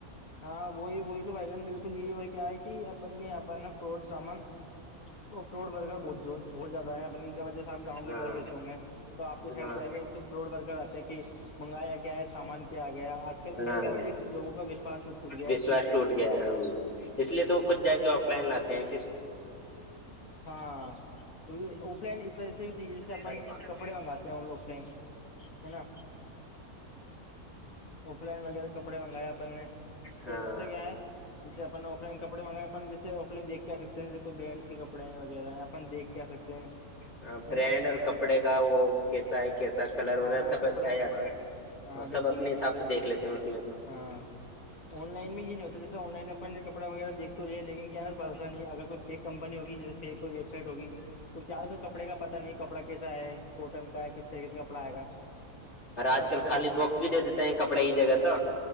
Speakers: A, on the left; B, on the left.
A: ہاں وہی وہی تو بھائی جان بالکل یہی اور کیا ہے کہ اپن بھی یہاں پر نا فراڈ سامان وہ فروٹ برگر بہ بہت زیادہ ہیں اپن کی وجہ سے آپ گاؤں
B: ہاں
A: کی طرفچو گے تو آپ کے سائڈ
B: ہاں
A: کیا گیا ایک تو فلوٹ ورکر آتے ہیں کہ منگایا کیا ہے سامان کیا گیا آج کل اس
B: ہاں
A: وجہ سے بھی لوگوں کا وشواس اٹھ گیا
B: وشواس
A: ہے اس چیز سے
B: ٹوٹ گیا ہے ہ اس لیے تو وہ خود جا کے آف لائن لاتے ہیں پھر
A: ہاں اف ل اس و جیسے اپن
B: ساڑھے پانچ
A: کپڑے
B: سو
A: منگاتے ہیں آف لائن ہے نا آف لائن وغیرہ کپڑے منگاائے اپن نے
B: ہاں
A: تو اس سے کیا ہے جسے اپن آف لائن کپڑے منگائے اپن جیسے آف لائن دھ کے آ سکتے ہیں جیس کوئی برانڈ کے کپڑے کپڑے وغیرہ اپن دیکھ کے آ سکتے ہیں
B: ہاں برانڈ
A: ہے نا
B: اور کپڑے کا وہ کیسا ہے کیسا کلر ور
A: ہاں
B: سب
A: کپڑا
B: اچھا ہی آتا ہے
A: ہاں
B: اور
A: بالکل
B: سب اپنے حساب سے دیکھ لیتے ہیں اس میں تو
A: ہاں آن لن میں بھی نہیں ہوتا جس آن لائن میں کپڑا وغیر دھ لیا لیکن کیا اس بھروا نہیں اگر کوئی فیک کمپنی ہوگی جیے فیک کوئی ویب سائٹ ہوگ تو کیا اس کا کپڑے کا پتا نہیں کپڑا کیسا ہے کوٹن کا ہے کس طریقے سے کپڑا آئے گا
B: اورر آج
A: کپڑا
B: کل خالی
A: کا
B: باکس بھی دے دیتے ہیں کپڑے کی جگہ تو